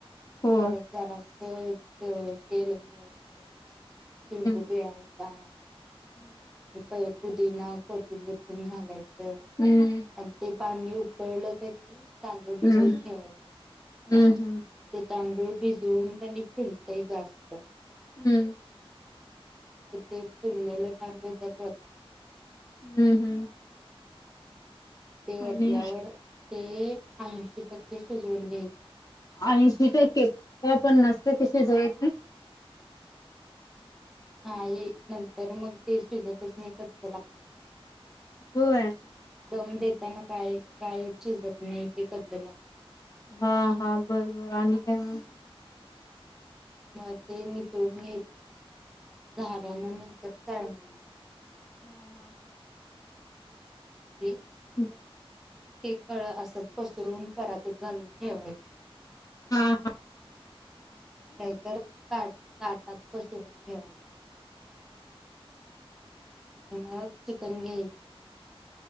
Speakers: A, on the left (about 35°); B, in the centre.
A: हो
B: परत जरास त तेल घालायचं.
A: हम्म
B: लिंबू पिळायचा. अन् पै पुदीना कोथिंबीर पण घालायचं
A: हम्म
B: अन् ते पाणी उकळलं क ते न तांदूळ भिजवूत
A: हम्म हम्म
B: ठेवायच
A: हम्म
B: आण ते तांदूळ भिजवून कणिक फुलतय जास्त
A: हम्म!
B: म ते फिरलेलं काम त्याच्यात होतायचं.
A: हम्म हम्म!
B: ते
A: आणि
B: ओतल्यावर ते ऐंशी टक्के शिजवून घ्याय
A: आयशी टक्के का पन्नास टके शिजवाय
B: नाही, नंतर मग ते शिजतच नाही, कच्चं लागतं.
A: होय
B: दम देताना काय काय शिजत नाही. ते कच्च लागतय.
A: हा हा, बरबर, आणि काय मग?
B: म ते नितळून घ्यायचं, झाऱ्यानं नाही तर चाळण
A: हम्म हम्म.
B: <unintelligible>
A: <inaudible>
B: ते कळ असं पसरून परातीत घालून ठेवायचं.
A: हा हा
B: नाहीतर का ताटात पसरून ठेवायचं. आणि मग चिकन घ्याय